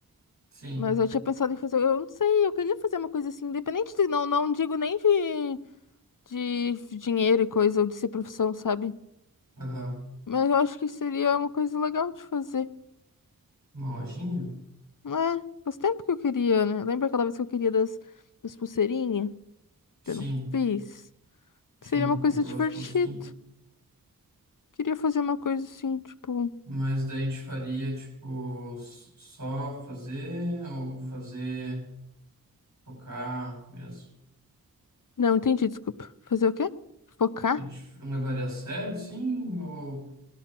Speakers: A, on the right; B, on the left.
A: Sim.
B: Mas eu tinha pensado em fazer, eu não sei, eu queria fazer uma coisa assim, independente de, não, não digo nem de, de dinheiro e coisa, ou de ser profissão, sabe?
A: Aham.
B: Mas eu acho que seria uma coisa legal de fazer.
A: Uma lojinha?
B: Não é? Faz tempo que eu queria, né? Lembra aquela vez que eu queria das, das pulseirinhas?
A: Sim.
B: Que eu não fiz.
A: Sim,
B: Seria uma
A: comprou
B: coisa divertida.
A: as postinhas.
B: Queria fazer uma coisa assim, tipo.
A: Mas daí a gente faria, tipo, s- só fazer ou fazer focar mesmo?
B: Não, entendi, desculpa. Fazer o quê? Focar?
A: A gente não levaria a sério, sim? Ou